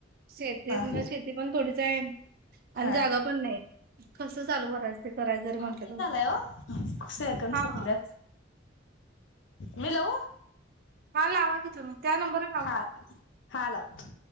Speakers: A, on the right (about 55°); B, on the left (about 75°).
A: शेतीतन
B: हा
A: शेती पण थोडी त्येन आणि
B: हा
A: जागा पण नाही कस चालू करायचं ते करायच जरी म्हंटलं
B: कॉल हे झालाय
A: तर
B: ओ सेकंद
A: हा
B: संपल्यात मी लाव
A: हा लावा की तुम्ही त्या नंबरला लावा
B: हा हा लाव